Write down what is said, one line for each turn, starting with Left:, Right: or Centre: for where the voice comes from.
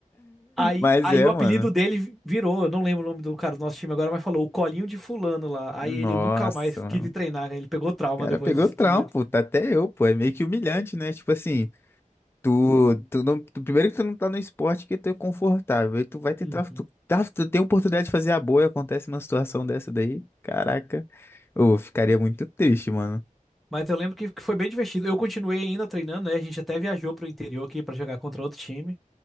Centre: Aí,
Left: Mas
Centre: aí
Left: é,
Centre: o
Left: mano.
Centre: apelido dele virou, eu não lembro o nome do cara do nosso time agora, mas falou o colinho de fulano lá.
Left: Nossa,
Centre: Aí ele nunca mais
Left: mano.
Centre: quis ir treinar, né? ele pegou trauma
Left: O cara
Centre: depois
Left: pegou
Centre: desse
Left: trampo,
Centre: dia.
Left: tá até eu, pô. É meio que humilhante, né? Tipo assim, tu, tu não, tu- primeiro que tu não tá no esporte que tu é confortável, e tu vai tentar,
Centre: Uhum.
Left: tu, tá, tu tem oportunidade de fazer a boa e acontece uma situação dessa daí. Caraca, eu ficaria muito triste, mano.
Centre: Mas eu lembro que, que foi bem divertido. Eu continuei ainda treinando, né? A gente até viajou pro interior aqui pra jogar contra outro time.